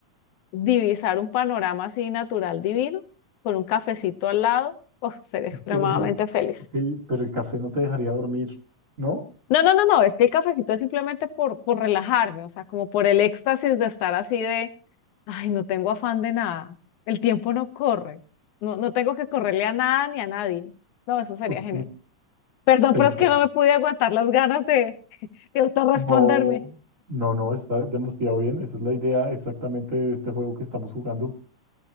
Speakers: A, on the left; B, on the right.
A: divisar un panorama así natural divino, con un cafecito al lado, oh, sería
B: Ok,
A: extremadamente feliz.
B: ok, pero el café no te dejaría dormir, ¿no?
A: No, no, no, no, es que el cafecito es simplemente por, por relajarme, o sea, como por el éxtasis de estar así de, ay, no tengo afán de nada, el tiempo no corre, no, no tengo que correrle a nada ni a nadie. No, eso sería
B: Ok,
A: genial. Perdón,
B: te
A: pero
B: entiendo.
A: es que no me pude aguantar las ganas de, de autorresponderme.
B: No, no, no, está demasiado bien. Esa es la idea exactamente de este juego que estamos jugando.